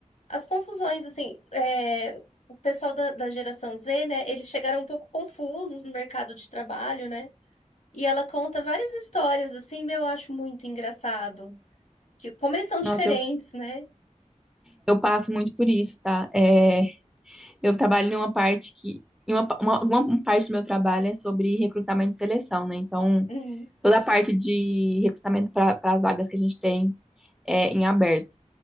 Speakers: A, on the left; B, in the centre.
A: as confusões, assim, é, o pessoal da, da geração Z, né? Eles chegaram um pouco confusos no mercado de trabalho, né? E ela conta várias histórias, assim, meu, eu acho muito engraçado. Que, como eles são diferentes,
B: Nossa, eu,
A: né?
B: eu passo muito por isso, tá? É, eu trabalho numa parte que. em Uma, uma, uma parte do meu trabalho é sobre recrutamento e seleção, né? Então,
A: Uhum,
B: toda a parte de recrutamento para as vagas que a gente tem é em aberto.